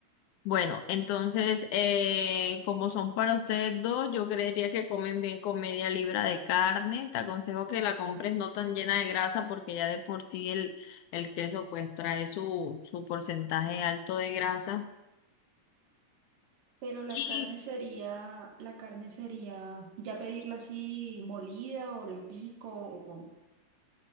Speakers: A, on the left; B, on the right.
A: Bueno, entonces, eh, como son para ustedes dos, yo creería que comen bien con media libra de carne. Te aconsejo que la compres no tan llena de grasa porque ya de por sí el, el queso pues trae su, su porcentaje alto de grasa.
B: Pero la
A: Y
B: carne sería, la carne sería ya pedirla así molida o la pico o con.